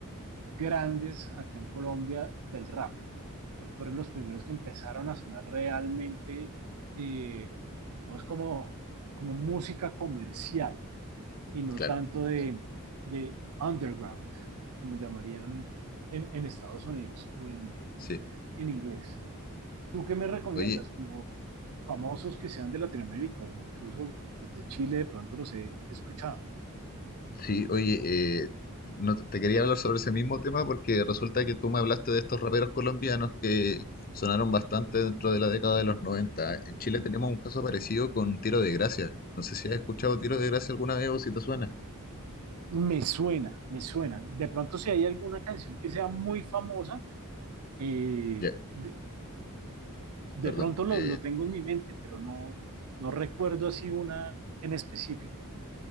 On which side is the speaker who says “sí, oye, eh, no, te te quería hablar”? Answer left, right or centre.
Left